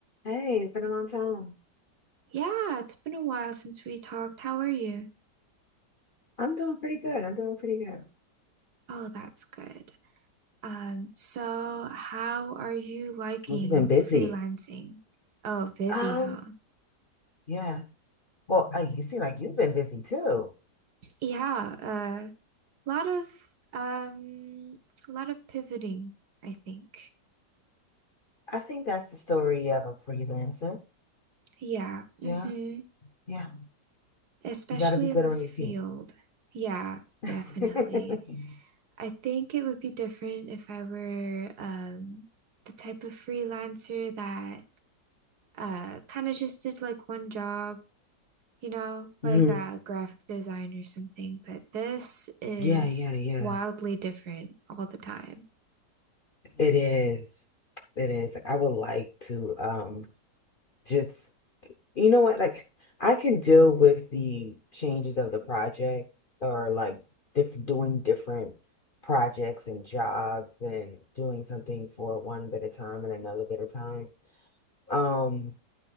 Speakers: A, on the left; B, on the right.
A: Hey, it's been a long time.
B: Yeah, it's been a while since we talked. How are you?
A: I'm doing pretty good. I'm doing pretty good.
B: Oh, that's good. Um, so how are you liking
A: Well, you've been busy.
B: freelancing? Oh, busy,
A: Um,
B: huh?
A: Yeah. Well, I, you seem like you've been busy too.
B: Yeah, a uh, lot of um, lot of pivoting, I think.
A: I think that's the story of a freelancer.
B: Yeah,
A: Yeah.
B: mm-hmm.
A: Yeah.
B: Especially
A: You got to be good
B: in this
A: on your
B: field.
A: feet.
B: Yeah,
A: <laughs>
B: definitely. I think it would be different if I were um the type of freelancer that uh kind of just did like one job, you know,
A: Mhm.
B: like a graphic design or something, but this is
A: Yeah, yeah, yeah.
B: wildly different all the time.
A: It is. It is. Like, I would like to um just You know what? Like, I can deal with the changes of the project or like diff doing different projects and jobs and doing something for one bit of time and another bit of time. Um,